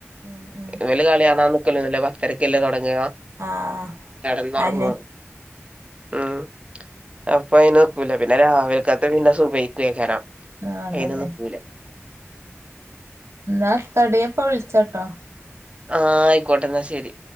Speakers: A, on the right (about 65°); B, on the right (about 25°).
A: ഉം ഉം
B: ഇവല് കളിയാണാൻ നിക്കലൊന്നുല്ല പത്തരക്കല്ലേ തൊടങ്ങ
A: ആഹ്
B: കട്ന്ന് ഒർങ്ങും
A: അയെന്നെ
B: ഉം അപ്പൊ അയിന് നിക്കൂല പിന്നെ രാവിലക്കത്തെ പിന്നെ സുബ്ഹിക്കെകാരം
A: ആഹ് അതന്നെ
B: അയിനും നിക്കൂല
A: ന്നാ എത്താടീ ഞാപ്പ വിൾച്ചട്ടോ
B: ആ ആയിക്കോട്ടെ ഇന്നാ ശരി